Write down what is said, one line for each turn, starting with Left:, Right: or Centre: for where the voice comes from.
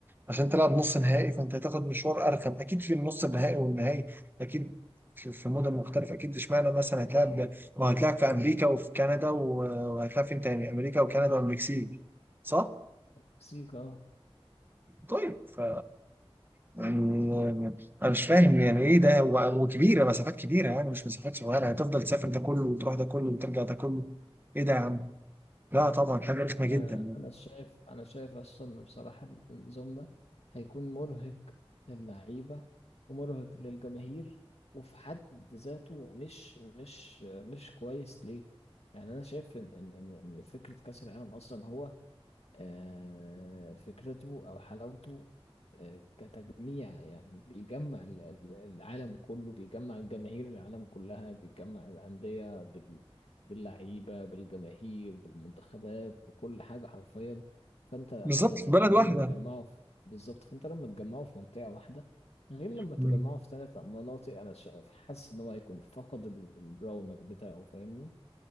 Right: عشان تلعب نص نهائي فانت هتاخد مشوار ارخم اكيد في النص النهائي والنهائي اكيد في في مدن مختلفه اكيد اشمعنى مثلا هتلعب ما هتلعب في امريكا وفي كندا و- وهتلعب فين تاني امريكا وكندا والمكسيك صح؟
Left: مكسيك اه
Right: طيب ف يعني انا مش فاهم يعني ايه ده و- وكبيره مسافات كبيره يعني مش مسافات صغيره هتفضل تسافر ده كله وتروح ده كله وترجع ده كله ايه ده يا عم؟ لا طبعا حاجه رخمه جدا
Left: آه،
Right: يعني
Left: انا شايف انا شايف اصلا إن بصراحه النظام ده هيكون مرهق للعيبه ومرهق للجماهير وفي حد ذاته مش مش مش كويس ليه يعني انا شايف ان ان إن- إن فكره كاس العالم اصلا هو آه، فكرته أو حلاوته آه، كتجميع يعني بيجمع ال- ال- العالم كله بيجمع الجماهير العالم كلها بيجمع الأندية بال- باللعيبة بالجماهير بالمنتخبات بكل حاجة حرفيا فأنت
Right: بالظبط
Left: آه،
Right: في بلد
Left: لما
Right: واحده
Left: تجمعوا في- بالظبط فأنت لما تجمعوا في منطقة واحدة غير لما تجمعوا
Right: مم.
Left: في ثلاث مناطق أنا شا- حاسس إن هو هيكون فقد ال- الرونق بتاعه فاهمني